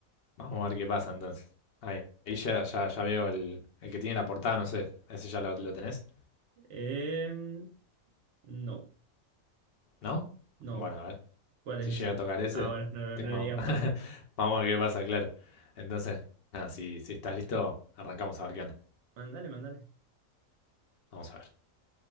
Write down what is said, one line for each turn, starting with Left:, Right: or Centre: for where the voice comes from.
Left: vamos a ver qué pasa entonces. Ahí, ahí ya, ya, ya veo el, el que tiene la portada, no sé. ¿Ese ya lo, lo tenés?
Right: Em, no,
Left: ¿No?
Right: no.
Left: Bueno, a ver.
Right: ¿Cuál
Left: Si
Right: es ese?
Left: llega a tocar ese,
Right: Ah, bueno, no,
Left: tengo.
Right: no lo digas
Left: <laughs>
Right: por su.
Left: Vamos a ver qué pasa, claro. Entonces, nada, si, si estás listo, arrancamos a ver qué onda.
Right: Mandale, mandale.
Left: Vamos a ver.